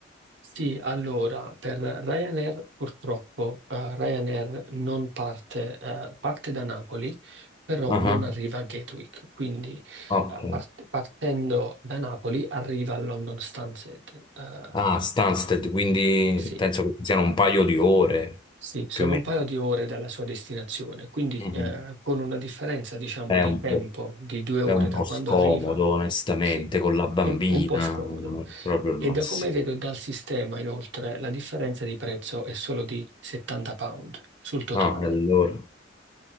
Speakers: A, on the right; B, on the left.
A: sì, allora per Ryanair purtroppo eh, Ryanair non parte, eh, parte da Napoli, però
B: Ah,
A: non arriva a Gatwick, quindi
B: Ok.
A: eh, part- partendo da Napoli arriva a London Stansted. eh,
B: Ah, Stansted, quindi
A: sì.
B: penso che ci siano un paio di ore
A: Sì, sono
B: più o meno.
A: un paio di ore dalla sua destinazione, quindi
B: Mhm.
A: eh, con una differenza, diciamo,
B: È
A: di
B: un
A: tempo
B: po',
A: di due ore
B: è un
A: da
B: po'
A: quando
B: scomodo,
A: arriva,
B: onestamente,
A: sì,
B: con la bambina,
A: è un, un po' scomodo.
B: non è proprio il
A: E
B: massimo.
A: da come vedo dal sistema, inoltre, la differenza di prezzo è solo di 70 pound sul totale.
B: No, e allora.